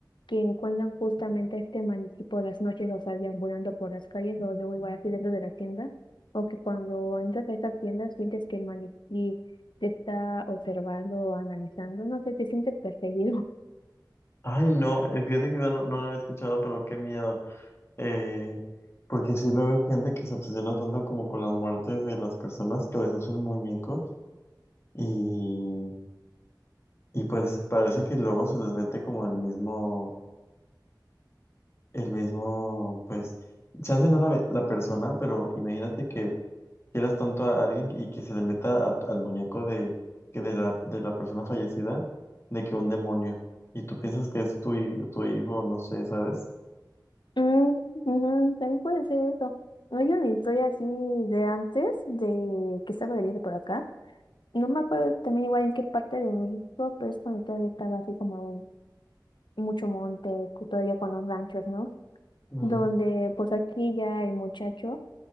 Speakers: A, on the left; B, on the left.
A: que encuentran justamente este maniquí por las noches, o sea, deambulando por las calles o luego igual así dentro de la tienda, o que cuando entras a estas tiendas sientes que el maniquí te está observando o analizando, no sé, te sientes perseguido. <laughs>
B: Ay, no, eh, fíjate que yo no, no lo había escuchado, pero qué miedo. Eh, porque sí luego hay gente que se obsesiona tanto como con las muertes de las personas que les hacen muñecos y, y pues parece que luego se les mete como el mismo, el mismo, pues, chance no la, ve- la persona, pero imagínate que quieras tanto a alguien y que se le meta a- al muñeco de, que de la, de la persona fallecida, de que un demonio. Y tú piensas que es tu, hi- tu hijo, no sé, ¿sabes?
A: Mm, ujú, también puede ser eso. Hay una historia así de antes, de que estaba leyendo por acá. No me acuerdo también igual en qué parte de México, pero es cuando todavía estaba así como mucho monte, cu- todavía con los ranchos, ¿no?
B: Ujú,
A: Donde pues aquí ya el muchacho